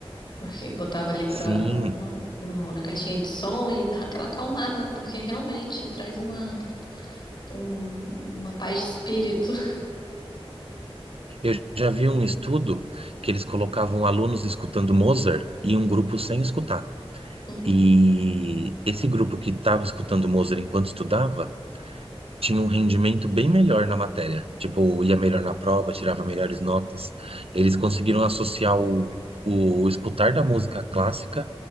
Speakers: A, on the left (about 45°); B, on the right (about 70°).
A: Porque botava ali pra,
B: Sim,
A: no, no- na caixinha de som e dá aquela acalmada, porque realmente traz uma, um- uma paz de espírito.
B: eu já vi um estudo que eles colocavam alunos escutando Mozart e um grupo sem escutar.
A: <laughs> Uhum.
B: E esse grupo que estava escutando Mozart enquanto estudava tinha um rendimento bem melhor na matéria. Tipo, ia melhor na prova, tirava melhores notas. Eles conseguiram associar o, o escutar da música clássica